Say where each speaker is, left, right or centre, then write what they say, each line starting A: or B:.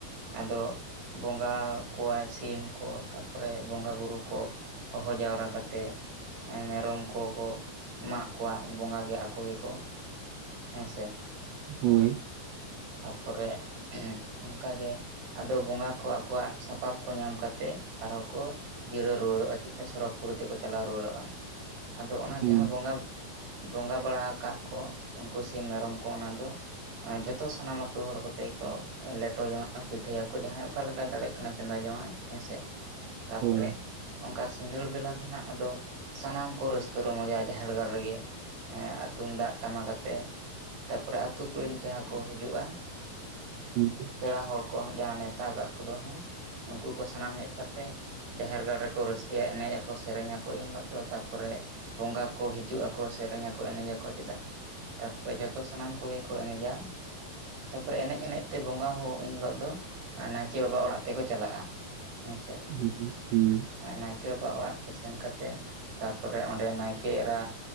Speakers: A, on the right; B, on the right.
A: ᱟᱫᱚ ᱵᱚᱸᱜᱟ ᱠᱚᱣᱟᱭ ᱥᱤᱢ ᱠᱚ ᱛᱟᱯᱚᱨᱮ ᱵᱚᱸᱜᱟ ᱵᱩᱨᱩ ᱠᱚ ᱦᱚᱦᱚ ᱡᱟᱣᱨᱟ ᱠᱟᱛᱮᱫ ᱢᱮᱨᱚᱢ ᱠᱚ ᱠᱚ ᱮᱢᱟᱜ ᱠᱚᱣᱟ ᱵᱚᱸᱜᱟ ᱜᱮ ᱟᱠᱚ ᱜᱮ ᱠᱚ ᱦᱮᱸ ᱥᱮ
B: ᱦᱳᱭ
A: ᱛᱟᱯᱚᱨᱮ ᱚᱱᱠᱟ ᱜᱮ ᱟᱫᱚ ᱵᱚᱸᱜᱟ ᱠᱚ ᱟᱠᱚᱣᱟᱜ ᱥᱟᱯᱟᱵ ᱠᱚ ᱧᱟᱢ ᱠᱟᱛᱮ ᱟᱨᱚ ᱠᱚ ᱡᱤᱨᱟᱹᱣ ᱨᱩᱣᱟᱹᱲᱚᱜᱼᱟ ᱪᱮᱛᱮ ᱥᱚᱨᱚᱜᱽ ᱯᱩᱨᱤ ᱛᱮᱠᱚ ᱪᱟᱞᱟᱣ ᱨᱩᱣᱟᱹᱲᱚᱜᱼᱟ ᱟᱫᱚ ᱚᱱᱟ
B: ᱦᱩᱸ
A: ᱡᱟᱦᱟᱸ ᱵᱚᱸᱜᱟ ᱵᱚᱸᱜᱟ ᱵᱟᱲᱟ ᱟᱠᱟᱫ ᱠᱚ ᱩᱱᱠᱩ ᱥᱤᱢ ᱢᱮᱨᱚᱢ ᱠᱚ ᱚᱱᱟ ᱫᱚ ᱡᱚᱛᱚ ᱥᱟᱱᱟᱢ ᱟᱹᱛᱳ ᱦᱚᱲ ᱠᱚᱛᱮ ᱜᱮᱠᱚ ᱞᱮᱴᱚ ᱡᱚᱝ ᱟ ᱯᱤᱴᱷᱟᱹᱭᱟᱠᱚ ᱡᱟᱦᱟᱸᱭ ᱚᱠᱟ ᱞᱮᱠᱟᱭ ᱫᱟᱲᱮᱭᱟᱜ ᱠᱟᱱᱟ ᱪᱚᱸᱫᱟ ᱡᱚᱝ ᱟ ᱦᱮᱸᱥᱮ ᱛᱟᱯᱚᱨᱮ
B: ᱦᱩᱸ
A: ᱚᱱᱠᱟ ᱥᱤᱸᱜᱟᱹᱲ ᱵᱮᱞᱟ ᱫᱚ ᱦᱟᱜ ᱟᱫᱚ ᱥᱟᱱᱟᱢ ᱠᱚ ᱨᱟᱹᱥᱠᱟᱹ ᱨᱚᱢᱚᱡᱟ ᱡᱟᱦᱮᱨ ᱜᱟᱲ ᱨᱮᱜᱮ ᱛᱩᱢᱫᱟᱜ ᱴᱟᱢᱟᱠ ᱟᱛᱮ ᱛᱟᱯᱚᱨᱮ ᱟᱹᱛᱩ ᱠᱚᱨᱮᱱ ᱡᱟᱦᱟᱸᱭ ᱠᱚ ᱦᱤᱡᱩᱜᱼᱟ
B: <inaudible>
A: ᱯᱮᱲᱟ ᱦᱚᱲ ᱠᱚ ᱦᱟᱸᱜ ᱡᱟᱦᱟᱸ ᱱᱮᱣᱛᱟ ᱠᱟᱜ ᱠᱚᱫᱚ ᱦᱮᱸ ᱩᱱᱠᱩ ᱠᱚ ᱥᱟᱱᱟᱢ ᱦᱮᱡ ᱠᱟᱼᱼ ᱛᱮ ᱡᱟᱦᱮᱨ ᱜᱟᱲ ᱨᱮᱠᱚ ᱨᱟᱹᱥᱠᱟᱹᱭᱟ ᱮᱱᱮᱡ ᱟᱠᱚ ᱥᱮᱨᱮᱧ ᱟᱠᱚ ᱮᱱ ᱦᱤᱞᱳᱜ ᱫᱚ ᱛᱟᱯᱚᱨᱮ ᱵᱚᱸᱜᱟ ᱠᱚ ᱦᱤᱡᱩᱜ ᱟᱠᱚ ᱥᱮᱨᱮᱧ ᱟᱠᱚ ᱮᱱᱮᱡ ᱟᱠᱚ ᱪᱮᱫᱟᱜ ᱛᱟᱯᱚᱨᱮ ᱡᱷᱚᱛᱚ ᱥᱟᱱᱟᱢ ᱠᱚ ᱜᱮ ᱠᱚ ᱮᱱᱮᱡᱟ ᱛᱟᱯᱚᱨᱮ ᱮᱱᱮᱡ ᱮᱱᱮᱡ ᱛᱮ ᱵᱚᱸᱜᱟ ᱦᱚᱸ ᱮᱱ ᱦᱤᱞᱚᱜ ᱫᱚ ᱱᱟᱭᱠᱮ ᱵᱟᱵᱟ ᱣᱟᱜ ᱚᱲᱟᱜ ᱛᱮᱱᱠᱚ ᱪᱟᱞᱟᱜᱼᱟ ᱦᱮᱸ ᱥᱮ
B: ᱦᱩᱸ ᱦᱳᱭ ᱦᱳᱭ
A: ᱟᱺ.. ᱱᱟᱭᱠ.. ᱠᱮ ᱵᱟ ᱚᱲᱟᱜ ᱛᱮ ᱥᱮᱱ ᱠᱟᱛᱮ ᱛᱟᱯᱚᱨᱮ ᱚᱸᱰᱮ ᱱᱟᱭᱠᱮ ᱮᱨᱟ